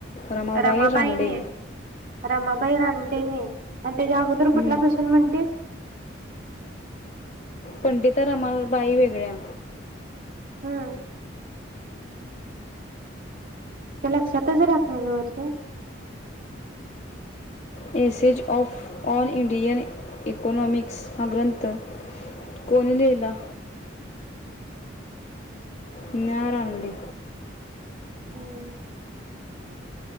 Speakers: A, on the left; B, on the right.
A: रमाबाई
B: रमाबाईने
A: रानडे
B: रमाबाई रानडेनी? आणि तेज्या अगोदर
A: हम्म.
B: कुठला क्वेशन म्हणलीस?
A: पंडिता रमाबाई वेगळ्या
B: हम्म. ते लक्षातच राहात नाही ग म्हणजे.
A: Essays of all Indian economics हा ग्रंथ कोणी लिहिला? न्या रानडे
B: हम्म